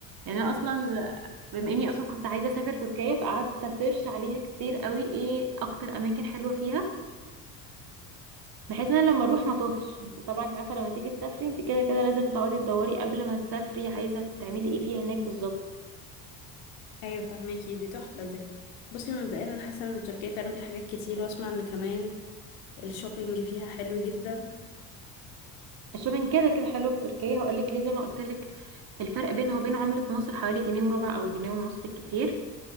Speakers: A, on the right; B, on the left.
A: يعني انا اصلا بما اني اصلا كنت عايزة اسافر تركيا فقعدت اسيرش عليها كتير قوي ايه اكتر اماكن حلوة فيها بحيث ان انا لما اروح ما توهش انت طبعا انت عارفة لما تيجي تسافري انت كده كده لازم تقعدي تدوري قبل ما تسافري عايزة تعملي ايه فيها هناك بالظبط
B: ايوه فهماكي دي تحفة دي بصي مبدئيا انا حاسة ان تركيا فعلا فيها حاجات كتير واسمع ان كمان الشوبينج فيها حلو جدا
A: الشوبينج كده كده حلو في تركيا هقولك ليه زي ما قلت لك الفرق بينها وبين عملة مصر حوالي جنيه وربع أو جنيه ونص بالكتير